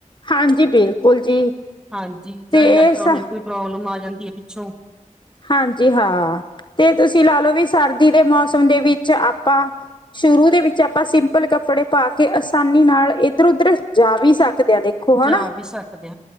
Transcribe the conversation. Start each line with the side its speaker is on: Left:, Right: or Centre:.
Left: ਹਾਂਜੀ ਬਿਲਕੁਲ ਜੀ
Centre: ਹਾਂਜੀ ਜਾਂ
Left: ਤੇ
Centre: ਇਲੈਕਟ੍ਰੋਨਿਕ
Left: ਸ
Centre: ਕੋਈ ਪ੍ਰੋਬਲਮ ਆ ਜਾਂਦੀ ਹੈ ਪਿੱਛੋਂ
Left: ਹਾਂਜੀ ਹਾਂ ਤੇ ਤੁਸੀਂ ਲਾਾਲੋ ਵੀ ਸਰਦੀ ਦੇ ਮੌਸਮ ਦੇ ਵਿੱਚ ਆਪਾਂ ਸ਼ੁਰੂ ਦੇ ਵਿੱਚ ਆਪਾਂ ਸਿੰਪਲ ਕੱਪ ਕੱਪੜੇ ਪਾ ਕੇ ਆਸਾਨੀ ਨਾਲ ਇੱਧਰ-ਉਧਰ ਜਾ ਵੀ ਸਕਦੇ ਆ ਦੇਖੋ
Centre: ਜਾ
Left: ਹਨਾ।
Centre: ਵੀ ਸਕਦੇ